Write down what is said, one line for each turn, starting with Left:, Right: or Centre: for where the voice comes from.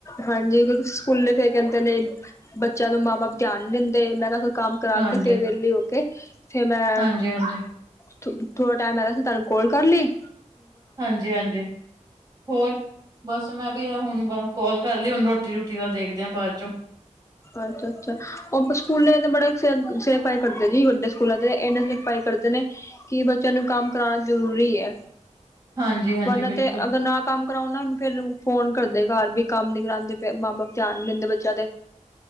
Left: ਹਾਂਜੀ, ਅਗੇ ਤੁਸ ਸਕੂਲੇ ਫੇਰ ਕੈੰਦੇ ਨੇਂ ਬੱਚਿਆਂ ਦੇ ਮਾਂ-ਬਾਪ ਧਿਆਨ ਨੀਂ ਦਿੰਦੇ‌। ਮੈਂ ਕਿਹਾ ਕੋਈ ਕੰਮ ਕਰਾਓ
Right: ਹਾਂਜੀ,
Left: ਤੇ ਫਿਰ ਵੇਲੀ ਹੋ ਕੇ ਫੇਰ ਮੈਂ
Right: ਹਾਂਜੀ, ਹਾਂਜੀ,
Left: ਥ ਥੋੜਾ ਟਾਈਮ ਹੈਗਾ ਸੀ, ਤੁਹਾਨੂੰ ਕਾਲ ਕਰ ਲੀ।
Right: ਹਾਂਜੀ ਹਾਂਜੀ। ਹੋਰ, ਬਸ ਮੈਂ ਵੀ ਐਹ ਹੁਣ ਬਾ ਕੋਲ ਕਰ ਲੀ, ਹੁਣ ਰੋਟੀ- ਰੂਟੀ ਦਾ ਦੇਖਦੇ ਆਂ ਬਾਦ ਚੋਂ।
Left: ਅੱਛਾ ਅੱਛਾ, ਅਪਾ ਸਕੂਲੇ ਤੇ ਬੜੇ ਸੇਰ, ਸੇਰਪਾਈ ਕਰਦੇ ਐ ਜੀ ਵੱਡੇ ਸਕੂਲਾਂ ਦੇ। ਏਨੇ ਸਿਰ ਖਰਾਈ ਕਰਦੇ ਨੇ, ਕਿ ਬੱਚਿਆਂ ਨੂੰ ਕੰਮ ਕਰਾਣਾ ਜ਼ਰੂਰੀ ਐ।
Right: ਹਾਂਜੀ, ਹਾਂਜੀ
Left: ਵਰਨਾ
Right: ਬਿਲਕੁਲ
Left: ਤੇ ਅਗਰ ਨਾ ਕੰਮ ਕਰਾਓ ਨਾ ਏਨੂੰ ਫੇਰ ਨੂੰ ਫੋਨ ਕਰਦੇ ਘਾਰ ਬਈ ਕਾਮ ਨੀ ਕਰਾਦੇ ਪੇ, ਮਾਂ-ਬਾਪ ਧਿਆਨ ਨੀ ਦਿੰਦੇ ਬੱਚੇਆਂ ਤੇ।